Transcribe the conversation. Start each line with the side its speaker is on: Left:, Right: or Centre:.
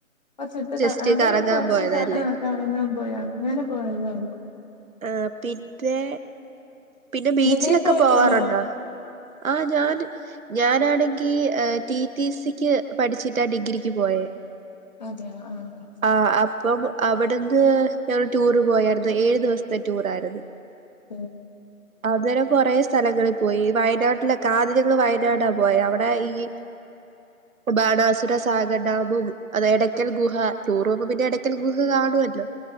Left: കൊറച്ചെടുത്ത്
Right: ജസ്റ്റ്
Left: അവര്
Right: കറങ്ങാൻ
Left: കൊറച്ച്
Right: പോയതല്ലേ
Left: ആഹ് കറങ്ങാൻ പോയ അങ്ങനെ പോയതേള്ളു
Right: ആ പിന്നെ പിന്നെ ബീച്ചിലൊക്കെ
Left: നീ പോയിട്ടുണ്ടോ
Right: പോവാറുണ്ടോ? ആഹ് ഞാൻ ഞാനാണെങ്കി ടി ടി സിക്ക് പഠിച്ചിട്ടാ ഡിഗ്രിക്ക് പോയേ
Left: അതെയ ആഹ്
Right: ആഹ് അപ്പം അവി ടുന്ന് ഞങ്ങൾ ടൂറ് പോയായിരുന്നു ഏഴു ദെവസത്തെ ടൂറായിരുന്നു.
Left: ഉം
Right: അന്നേരം കൊറെ സ്ഥലങ്ങളി പോയി വയനാട്ടിലൊക്കെ ആദ്യ ഞങ്ങൾ വയനാടാ പോയേ അവടെ ഈ ബാണാസുര സാഗർ ഡാമും അതെ എടയ്ക്കൽ ഗുഹ ടൂറോവുമ്പോ പിന്നെ എടക്കൽ ഗുഹ കാണുവല്ലോ